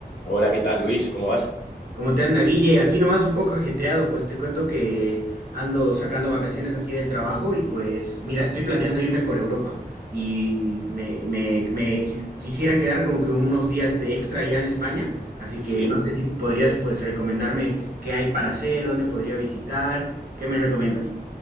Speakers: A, on the left; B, on the right.
A: Hola, ¿qué tal, Luis? ¿Cómo vas?
B: ¿Cómo te anda, Guille? Aquí nomás un poco ajetreado, pues te cuento que ando sacando vacaciones aquí del trabajo y pues mira, estoy
A: Sí,
B: planeando irme por Europa y me, me- me qui- quisiera quedar como que unos días de extra allá en España, así
A: sí,
B: que no sé si podrías pues recomendarme qué hay para hacer, dónde podría visitar, ¿qué me recomiendas?